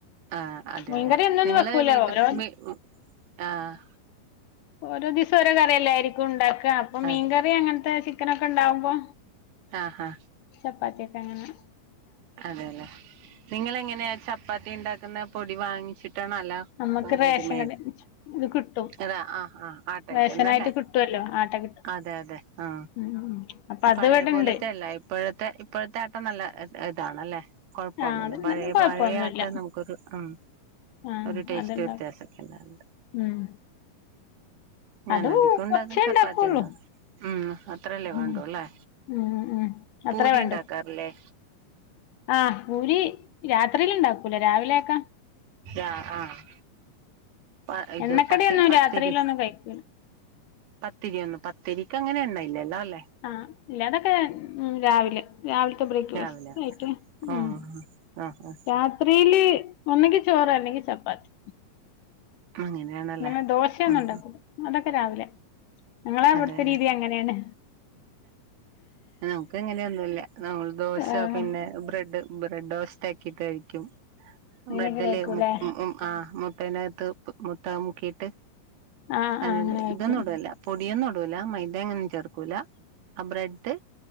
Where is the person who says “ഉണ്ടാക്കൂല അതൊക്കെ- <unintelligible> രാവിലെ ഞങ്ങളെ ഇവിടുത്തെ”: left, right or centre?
Left